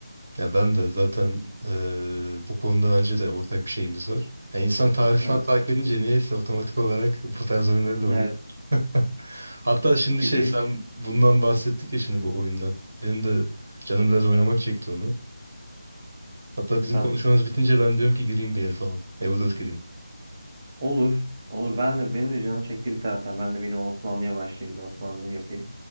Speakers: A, on the right (about 50°); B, on the right (about 25°).
A: Ya ben de zaten ee, bu konuda bence de ortak bir şeyimiz var. Ya insan tarih falan
B: Evet,
A: takip edince niyeyse otomatik olarak bu tarz oyunları da oynuyor.
B: evet.
A: <laughs> Hatta şimdi
B: Çünkü
A: şey sen bundan bahsettik ya şimdi bu oyundan. Benim de canım biraz oynamak çekti onu. Hatta bizim
B: tabii.
A: konuşmamız bitince ben diyorum ki gireyim bir el falan. EU4 gireyim.
B: Olur. Olur. Ben de benim de canım çekti bir taraftan. Ben de yine Osmanlı'ya başlayayım. Bir Osmanlı yapayım.